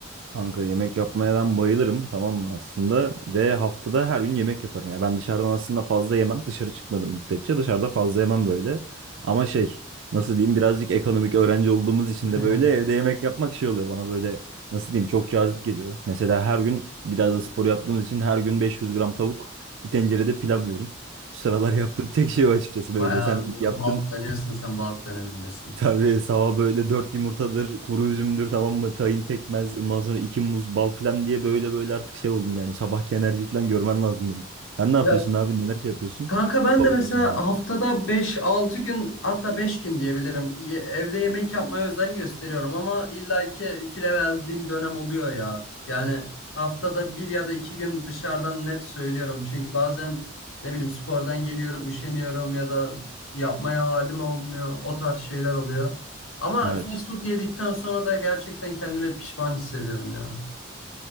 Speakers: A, on the right; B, on the left.
A: Kanka yemek yapmaya ben bayılırım tamam mı aslında ve haftada her gün yemek yaparım. Ya ben dışarıdan aslında fazla yemem dışarı çıkmadım müddetçe dışarıda fazla yemem böyle. Ama şey nasıl diyeyim birazcık ekonomik öğrenci olduğumuz için
B: <laughs>
A: de böyle evde yemek yapmak şey oluyor bana böyle nasıl diyeyim çok cazip geliyor. Mesela her gün biraz da spor yaptığımız için her gün 500 gram tavuk bir tencerede pilav yiyorum. Şu sıralar yaptığım tek şey o açıkçası böyle
B: Bayağı
A: sen
B: bir
A: yaptın
B: balklanıyorsun sen balk dönemindesin.
A: Tabii sabah böyle dört yumurtadır, kuru üzümdür tamam mı? Tahin pekmez, ondan sonra iki muz, bal falan diye böyle böyle artık şey oldum yani. Sabahki enerji falan görmen lazım benim. Sen ne yapıyorsun
B: Ya
A: abi? Neler şey yapıyorsun?
B: Kanka ben
A: Yapabiliyorsun
B: de mesela
A: abi.
B: haftada beş altı gün hatta 5 gün diyebilirim. Ye- Evde yemek yapmaya özen gösteriyorum ama illaki file verdiğim dönem oluyor ya. Yani haftada bir ya da iki gün dışarıdan net söylüyorum. Çünkü bazen ne bileyim spordan geliyorum, üşeniyorum ya da yapmaya halim olmuyor. O tarz şeyler oluyor. Ama
A: Evet.
B: fast food yedikten sonra da gerçekten kendimi pişman hissediyorum ya.